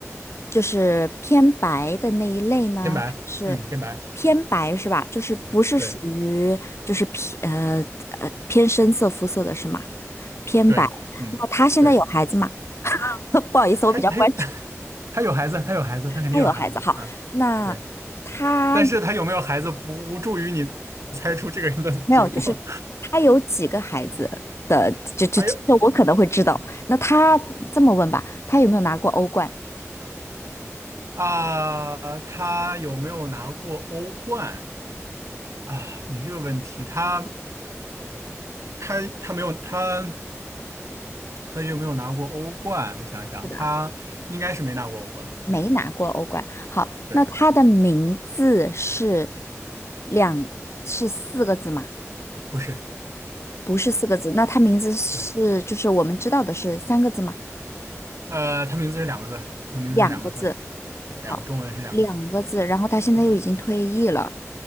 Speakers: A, on the left; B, on the right.
A: 就是偏白的那一类呢，
B: 天白，
A: 还是
B: 嗯，天白，
A: 偏白是吧？就是不是属于就是偏呃呃偏深色肤色的是吗？
B: 对
A: 偏白。
B: 对，嗯，
A: 那他现在有孩子吗？
B: 对，
A: <laughs> 不好意思，
B: 他他他有
A: 我比较关注
B: <laughs> 他有孩子，他有孩子，他肯定有孩子啊，
A: 他有孩子。好，那。
B: 对，
A: 他。
B: 但是他有没有孩子不无助于你猜出这个人的结果。
A: 没有，就是他有几个孩子，
B: <laughs>
A: 这这这这我可能会知道。
B: 还有。
A: 那他这么问吧，他有没有拿过欧冠？
B: 啊，他有没有拿过欧冠啊？你这个问题，他他他没有他他有没有拿过欧冠？我想一想，
A: 是的，
B: 他应该是没拿过欧冠。
A: 没拿过欧冠。
B: 嗯，
A: 好，
B: 对，
A: 那他的名字是两是四个字吗？
B: 不是，
A: 不是四个字，那他名字是就是我们知道的是三个字吗？
B: 对，呃，他名字是两个字，他名字是两个字，
A: 两个字。
B: 对，
A: 好，
B: 两个中文是两个字。
A: 两个字。然后他现在又已经退役了。
B: 嗯